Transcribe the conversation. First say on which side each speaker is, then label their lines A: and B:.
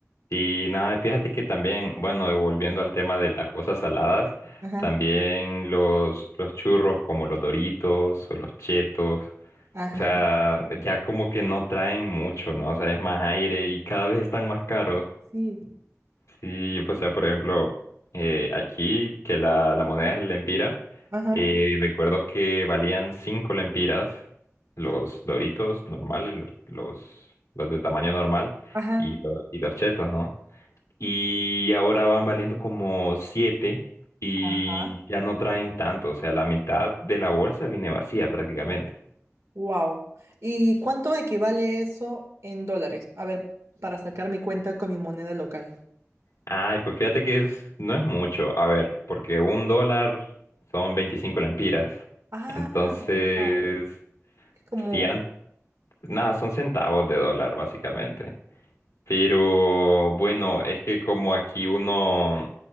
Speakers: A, on the left; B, on the right.
A: Y nada, fíjate que también, bueno, y volviendo al tema de las cosas saladas,
B: Ajá,
A: también los, los churros como los Doritos o los Chetos,
B: ajá,
A: o sea, ya como que no traen mucho, ¿no? O sea, es más aire y cada vez están más caros.
B: sí,
A: Sí, o sea, por ejemplo, eh, aquí que la, la moneda es el lempira,
B: ajá,
A: eh, recuerdo que valían cinco lempiras los Doritos normales, los, los, los de tamaño normal
B: ajá,
A: y, los y los chetos, ¿no? Y ahora van valiendo como 7 y
B: ajá.
A: ya no traen tanto, o sea, la mitad de la bolsa viene vacía prácticamente.
B: Wow. ¿Y cuánto equivale eso en dólares? A ver, para sacar mi cuenta con mi moneda local.
A: Ay, pues fíjate que es, no es mucho. A ver, porque un dólar son veinticinco lempiras.
B: Ah,
A: Entonces,
B: wow. Es como,
A: si nada, son centavos de dólar, básicamente. Pero bueno, es que como aquí uno,